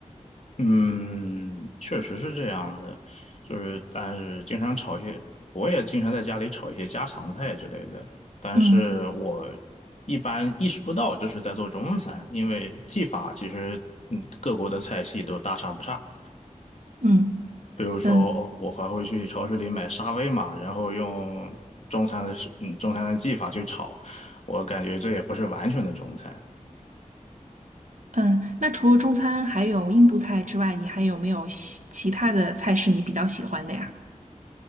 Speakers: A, on the left; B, on the right.
A: 嗯，确实是这样的，就是但是经常炒一些，我也经常在家里炒一些家常菜之类的，但是我
B: 嗯。
A: 一般意识不到这是在做中餐，因为技法其实嗯各国的菜系都大差不差。
B: 嗯
A: 比如说，
B: 嗯
A: 我还会去超市里买沙威玛，然后用中餐的食嗯，中餐的技法去炒，我感觉这也不是完全的中餐。
B: 嗯，那除了中餐还有印度菜之外，你还有没有喜其他的菜是你比较喜欢的呀？